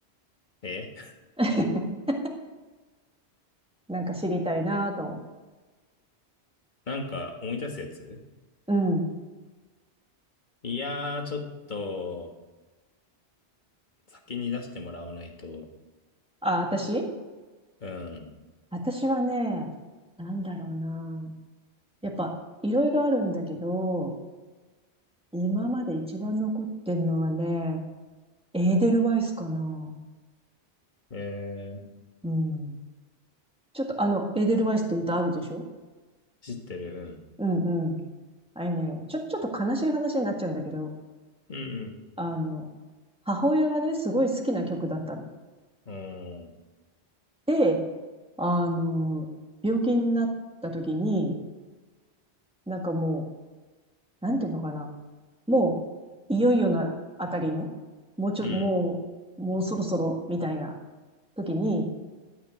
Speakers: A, on the left; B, in the centre.
A: え <laughs>
B: <laughs> なんか知りたいなぁと思
A: なんか思い出すやつ
B: う。うん。
A: いやー、ちょっと、先に出してもらわないと。
B: あ、私
A: うん。
B: 私はね、なんだろうなぁ。やっぱ、いろいろあるんだけど、今まで一番残ってんのはね、エーデルワイスかな
A: えー、
B: うん。ちょっとあの、エーデルワイスって歌あるでしょ
A: 知ってる。
B: うんうん。あれね、ちょ、ちょっと悲しい話になっちゃうんだけど、
A: うん。
B: あの、母親がね、すごい好きな曲だったの。
A: うん、うん。
B: で、あの、病気になった時に、なんかもう、なんていうのかな。もう、いよいよなあたりの、もうちょっと、
A: うん、
B: もう、もうそろそろ、みたいな時に、